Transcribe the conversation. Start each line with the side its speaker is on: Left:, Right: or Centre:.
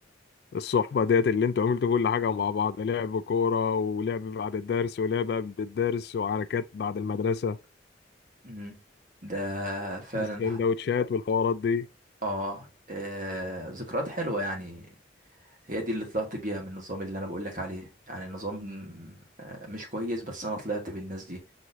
Left: الصحبة ديت اللي انتوا عملتوا كل حاجة مع بعض لعب كورة ولعب بعد الدرس ولعب قبل الدرس وحركات بعد المدرسة
Right: مم. ده فعلا
Left: والسندوتشات والحوارات دي
Right: اه آه، ذكريات حلوة يعني هي دي اللي طلعت بيها من النظام اللي انا بقولك عليه يعني النظام آه، مش كويس بس انا طلعت بالناس دي